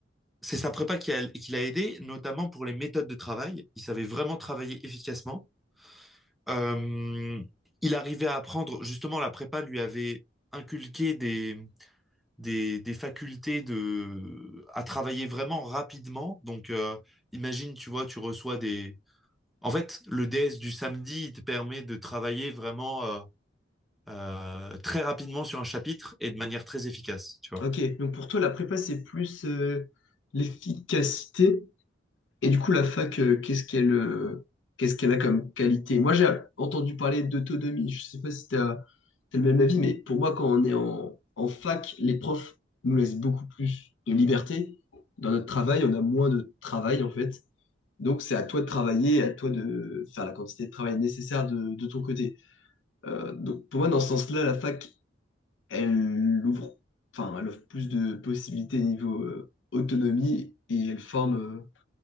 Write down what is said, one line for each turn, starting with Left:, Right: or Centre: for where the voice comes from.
Centre: c'est sa prépa qui, a- qui l'a aidé, notamment pour les méthodes de travail. Il savait vraiment travailler efficacement. Euh, il arrivait à apprendre, justement, la prépa lui avait inculqué des, des, des facultés de, à travailler vraiment rapidement. Donc, euh, imagine, tu vois, tu reçois des... En fait, le DS du samedi, il te permet de travailler vraiment euh, euh, très rapidement sur un chapitre et de manière très efficace, tu vois.
Left: Ok. Donc pour toi, la prépa, c'est plus euh, l'efficacité. Et du coup, la fac, euh, qu'est-ce qu'elle euh, qu'est-ce qu'elle a comme qualité? Moi, j'ai entendu parler d'autonomie. Je sais pas si tu as, le même avis, mais pour moi, quand on est en, en fac, les profs nous laissent beaucoup plus de liberté. Dans notre travail, on a moins de travail, en fait. Donc, c'est à toi de travailler, à toi de faire la quantité de travail nécessaire de de ton côté. Euh, donc pour moi, dans ce sens-là, la fac, elle ouvre, enfin, elle offre plus de possibilités niveau euh, autonomie et elle forme, euh,